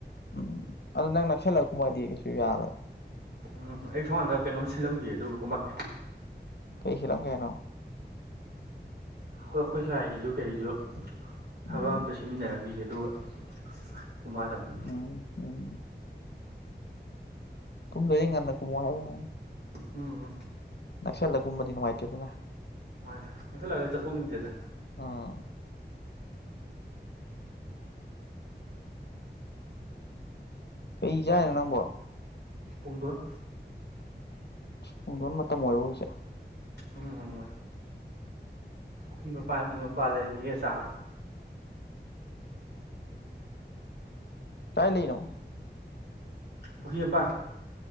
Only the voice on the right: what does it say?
ꯎꯝ ꯑꯩ ꯁꯣꯅꯀꯟꯗ ꯀꯩꯅꯣꯝ ꯁꯤꯜꯂꯝꯒꯦ ꯑꯗꯨꯒ ꯀꯨꯝꯃꯛꯀꯦ
ꯍꯣꯏ ꯑꯩꯈꯣꯏ ꯁꯥꯏꯒꯤꯁꯨ ꯀꯩꯒꯤꯁꯨ ꯊꯕꯛ
ꯑꯝꯇ ꯁꯤꯃꯤꯟꯅꯔꯝꯈꯤ ꯑꯗꯨꯒ ꯀꯨꯃꯛꯑꯗꯝꯅꯦ
ꯎꯝ
ꯃꯥꯏꯗ ꯅꯛꯁꯜꯂꯑꯗꯤ ꯆꯠꯊꯣꯛꯅꯤꯡꯗꯦꯅ
ꯄꯨꯡꯗꯣꯟ
ꯎꯝ ꯄꯨꯈ꯭ꯔꯤ ꯃꯄꯥꯟ ꯄꯨꯡꯗꯣꯟ ꯄꯥꯟ ꯂꯩꯔ ꯍꯦꯛ ꯑ ꯆꯥꯕꯅꯦ
ꯄꯨꯈꯤ ꯃꯄꯥꯟ